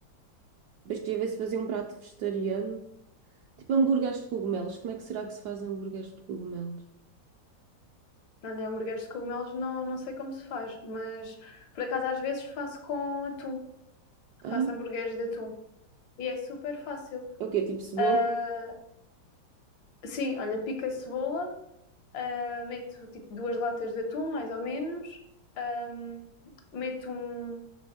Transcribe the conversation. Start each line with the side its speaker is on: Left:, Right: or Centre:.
Right: Depois queria ver se fazia um prato vegetariano. Tipo hambúrgueres de cogumelos. Como é que será que se faz hambúrgueres de cogumelos?
Left: Olha, hambúrgueres de cogumelos não, não sei como se faz, mas por acaso às vezes faço com atum.
Right: Ah,
Left: Faço hambúrgueres de atum. E é super fácil.
Right: é o quê? Tipo cebola?
Left: Ah, sim, olha, pico a cebola, ah, meto tipo duas latas de atum, mais ou menos. Ahm, meto um,